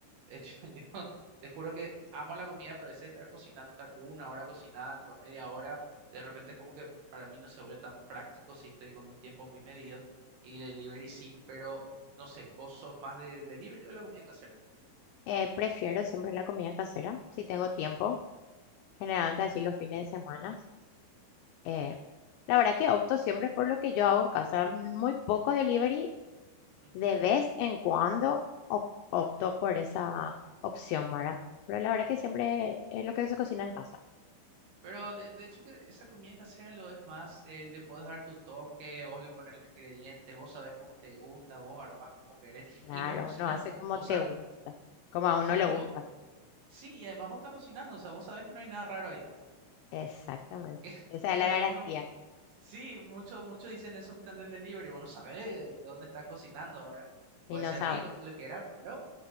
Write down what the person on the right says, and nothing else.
Eh, <laughs> Yo, yo te juro que amo la comida, pero ese de estar cocinando, estar una hora cocinando, media hora, de repente es como que para mí no se vuelve tan práctico si estoy con un tiempo muy medido. Y delivery sí, pero no sé, ¿vos sos más del delivery o de la comida casera?
Ujú,
ujú.
Pero de, de hecho que esa comida casera lo es más, eh, le puedes dar tu toque, vos le pones los ingredientes, vos sabés cómo te gusta, vos armás como querés,
y vos cocinás,
vos
sabés,
claro,
y vos, sí, y además vos estás cocinando, o sea, vos sabés que no hay nada raro ahí,
<laughs> que,
que
es
lo
que uno, sí, muchos muchos dicen eso justamente del delivery, vos no sabés de dónde están cocinando, ¿verdad?
Puede
ser
rico, todo lo que era, pero